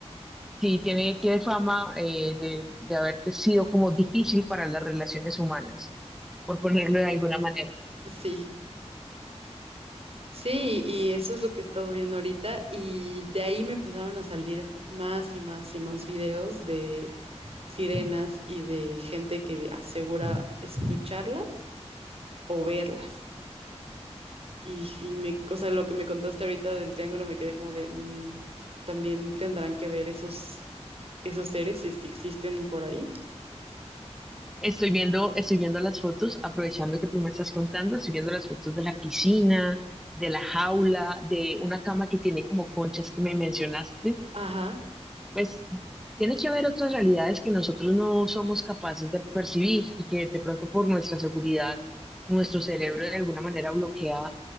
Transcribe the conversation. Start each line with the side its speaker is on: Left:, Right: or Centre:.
Centre: Sí, tiene, tiene fama eh, de, de haberte sido como difícil para las relaciones humanas, por ponerlo de alguna manera.
Right: Sí, sí, y eso es lo que he estado viendo ahorita y de ahí me empezaron a salir más y más y más videos de sirenas y de gente que asegura escucharlas o verlas. Y, y me, o sea, lo que me contaste ahorita del triángulo me quedé como de, mm, también tendrán que ver esos, esos seres si es que existen por ahí.
Centre: Estoy viendo, estoy viendo las fotos, aprovechando que tú me estás contando, estoy viendo las fotos de la piscina, de la jaula, de una cama que tiene como conchas que me mencionaste.
Right: Ajá,
Centre: Pues tiene que haber otras realidades que nosotros no somos capaces de percibir y que de pronto por nuestra seguridad, nuestro cerebro de alguna manera bloquea